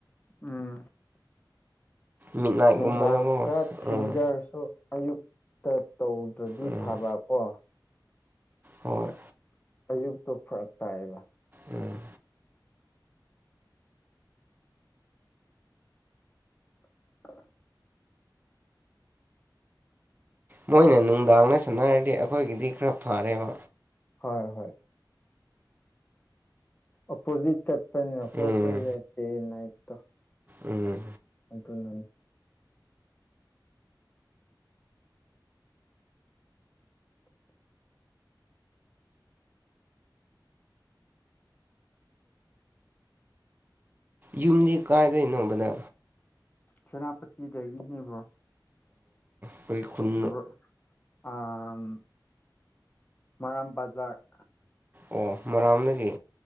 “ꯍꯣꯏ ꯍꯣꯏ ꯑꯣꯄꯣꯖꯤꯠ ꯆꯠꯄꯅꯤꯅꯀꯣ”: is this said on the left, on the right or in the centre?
Left